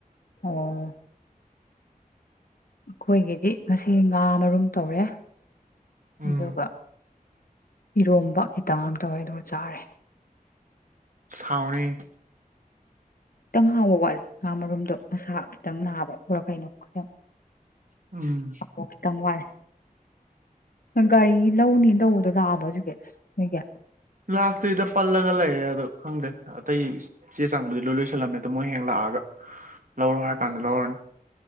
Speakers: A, on the left; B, on the right.
A: ꯑꯣ ꯑꯩꯈꯣꯏꯒꯤꯗꯤ ꯉꯁꯤ ꯉꯥ ꯃꯔꯨꯝ ꯇꯧꯔꯦ
B: ꯎꯝ
A: ꯑꯗꯨꯒ ꯏꯔꯣꯝꯕ ꯈꯤꯇꯪ ꯑꯃ ꯇꯧꯔꯦ ꯑꯗꯨꯒ ꯆꯥꯔꯦ
B: ꯑꯁ ꯍꯥꯎꯅꯤꯍꯦ
A: ꯈꯤꯇꯪ ꯍꯥꯎꯕ ꯋꯥꯠꯂꯤ ꯉꯥ ꯃꯔꯨꯝꯗꯣ ꯃꯁꯥ ꯈꯤꯇꯪ ꯅꯥꯕ ꯅꯔ ꯀꯩꯅꯣ ꯈꯔꯥ
B: ꯎꯝ
A: ꯑ ꯈꯤꯇꯪ ꯋꯥꯠꯂꯤ ꯒꯥꯔꯤ ꯂꯧꯅꯤ ꯇꯧꯕꯗꯣ ꯂꯥꯛꯑꯕꯣ ꯑꯖꯤꯒꯤ ꯅꯣꯏꯒꯤ
B: ꯂꯥꯛꯇ꯭ꯔꯤꯗ ꯄꯜꯂꯒ ꯂꯩꯔꯦ ꯑꯗꯣ ꯈꯪꯗꯦ ꯑꯇꯩ ꯆꯦ ꯆꯥꯡꯕꯨꯗꯤ ꯂꯣꯏ ꯂꯣꯏꯁꯜꯂꯝꯃꯦ ꯑꯗꯣ ꯃꯣꯏ ꯍꯌꯦꯡ ꯂꯥꯛꯑꯒ ꯂꯧꯔꯣ ꯍꯥꯏꯔ ꯀꯥꯟꯗ ꯂꯧꯔꯅꯤ